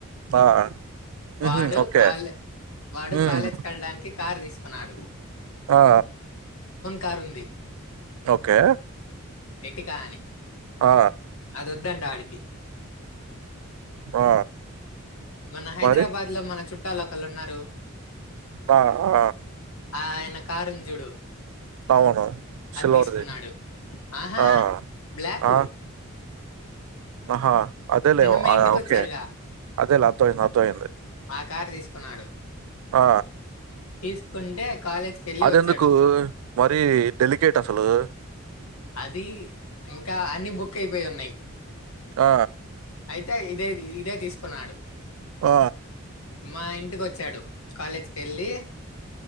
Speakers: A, on the right; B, on the left.
A: ఆ
B: వాడు
A: ఉహుం, ఓకే
B: కాల్ వాడు
A: ఉమ్,
B: కాలేజ్ వెళ్డానికి కార్ దీసుకున్నాడు
A: ఆ
B: కారు ఉంది
A: ఓకే
B: ఎట్టి కాని
A: ఆ
B: దొద్దంటా ఆడికి
A: ఆ
B: మన హైదరాబాద్
A: మరి
B: లో మన చుట్టాలు ఒకళ్ళు ఉన్నారు
A: ఆ ఆ
B: ఆయన కారు ఉంది జూడు
A: అవును సిల్వర్ది
B: తీసుకున్నాడు ఆహా
A: ఆ!
B: బ్లాక్
A: ఆ! ఆహా అదేలే
B: నిన్న మీ
A: ఆ
B: ఇంటికి
A: ఓకే
B: వచ్చారుగా
A: అదేలే అర్థవయింది అర్దవయింది
B: ఆ కార్ తీసుకున్నాడు
A: ఆ
B: తీసుకుంటే కాలేజ్కి వెళ్ళి
A: అది
B: వచ్చాడు
A: ఎందుకు మరి డెలికేట్ అసలు
B: అది ఇంకా అన్ని బుక్ అయిపోయి ఉన్నాయి
A: ఆ
B: అయితే ఇదే ఇదే తీసుకున్నాడు
A: ఆ
B: మా ఇంటికి వచ్చాడు కాలేజ్కి వెళ్ళి